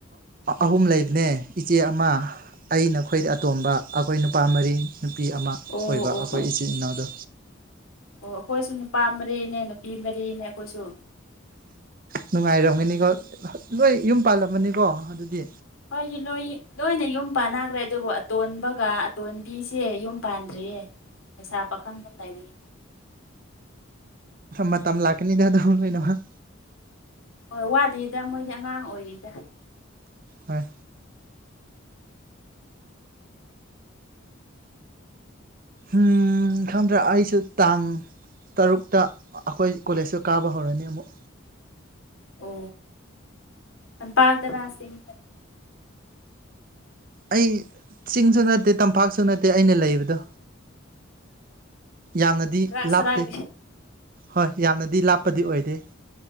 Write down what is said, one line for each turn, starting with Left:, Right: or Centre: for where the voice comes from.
Right: ꯑꯍꯨꯝ ꯂꯩꯕꯅꯦ꯫ ꯏꯆꯦ ꯑꯃ ꯑꯩ ꯅꯈꯣꯏꯗꯩ ꯑꯇꯣꯝꯕ ꯑꯩꯈꯣꯏ ꯅꯨꯄꯥ ꯃꯔꯤ꯫ ꯅꯨꯄꯤ ꯑꯃ
Left: ꯑꯣ
Right: ꯑꯣꯏꯕ
Left: ꯑꯣ
Right: ꯑꯩꯈꯣꯏ ꯏꯆꯤꯟꯜ ꯏꯅꯥꯎꯗꯣ꯫
Left: ꯑꯣ ꯑꯩꯈꯣꯏꯁꯨ ꯅꯨꯄꯥ ꯃꯔꯤꯅꯦ ꯅꯨꯄꯤ ꯃꯔꯤꯅꯦ ꯑꯩꯈꯣꯏꯁꯨ꯫
Right: ꯅꯨꯡꯉꯥꯏꯔꯝꯒꯅꯤꯀꯣ ꯂꯣꯏ ꯌꯨꯝ ꯄꯥꯜꯂꯝꯃꯅꯤꯀꯣ ꯑꯗꯨꯗꯤ꯫
Left: ꯍꯣꯏ ꯂꯣꯏ ꯂꯣꯏꯅ ꯌꯨꯝ ꯄꯥꯟꯅꯈ꯭ꯔꯦ ꯑꯗꯨꯕꯨ ꯑꯇꯣꯟꯕꯒ ꯑꯇꯣꯟꯕꯤꯁꯦ ꯌꯨꯝ꯫ ꯄꯥꯟꯗ꯭ꯔꯤꯌꯦ ꯂꯩꯁꯥ ꯄꯥꯈꯪꯗꯅ ꯂꯩꯔꯤꯌꯦ꯫
Right: ꯃꯇꯝ ꯂꯥꯛꯀꯅꯤꯗ ꯑꯗꯨꯝ ꯂꯣꯏꯅꯃꯛ꯫
Left: ꯍꯣꯏ ꯋꯥꯠꯂꯤꯗ ꯃꯣꯏꯗꯤ ꯑꯉꯥꯡ ꯑꯣꯏꯔꯤꯗ꯫
Right: ꯍꯣꯏ꯫ ꯎꯝ ꯈꯪꯗ꯭ꯔꯥ ꯑꯩꯁꯨ ꯇꯥꯡ꯫ ꯇꯔꯨꯛꯇ ꯑꯩꯈꯣꯏ ꯀꯣꯂꯦꯖꯇ ꯀꯥꯕ ꯍꯧꯔꯅꯤ ꯑꯃꯨꯛ꯫
Left: ꯑꯣ ꯂꯝꯄꯥꯛꯇꯔꯥꯁꯤꯡ꯫
Right: ꯑꯩ ꯆꯤꯡꯁꯨ ꯅꯠꯇꯦ ꯇꯝꯄꯥꯛꯁꯨ ꯅꯠꯇꯦ ꯑꯩꯅ ꯂꯩꯕꯗꯣ꯫ ꯌꯥꯝꯅꯗꯤ
Left: ꯁꯔꯥꯛ ꯁꯔꯥꯛ
Right: ꯂꯥꯞꯇꯦ꯫ ꯍꯣꯏ ꯌꯥꯝꯅꯗꯤ ꯂꯥꯞꯄꯗꯤ ꯑꯣꯏꯗꯦ